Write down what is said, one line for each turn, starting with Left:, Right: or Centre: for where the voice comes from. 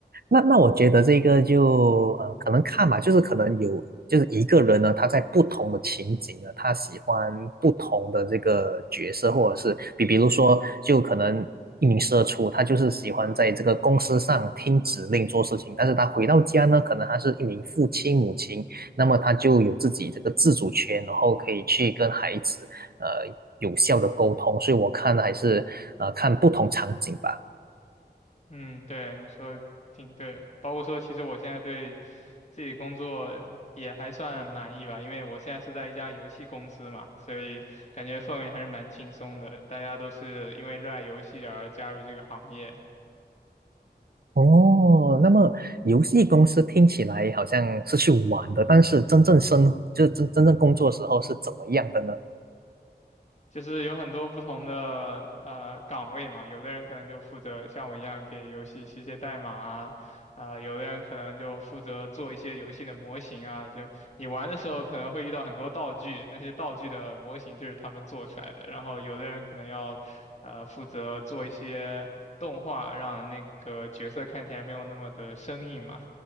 Right: 那那我觉得这个就呃，可能看吧，就是可能有，就是一个人呢，他在不同的情景呢，他喜欢不同的这个角色，或者是比比如说，就可能一名社畜，他就是喜欢在这个公司上听指令做事情，但是他回到家呢，可能他是一名父亲母亲，那么他就有自己这个自主权，然后可以去跟孩子呃有效的沟通，所以我看还是呃看不同场景吧。
Left: 嗯，对，你说挺对，包括说其实我现在对自己工作也还算满意吧，因为我现在是在一家游戏公司嘛，所以感觉氛围还是蛮轻松的，大家都是因为热爱游戏而加入这个行业。
Right: 哦，那么游戏公司听起来好像是去玩的，但是真正生，就是真真正工作时候是怎么样的呢？
Left: 就是有很多不同的呃岗位嘛，有的人可能就负责像我一样给游戏写写代码啊，啊、有的人可能就负责做一些游戏的模型啊，就你玩的时候可能会遇到很多道具，那些道具的模型就是他们做出来的，然后有的人可能要呃负责做一些动画，让那个角色看起来没有那么的生硬嘛。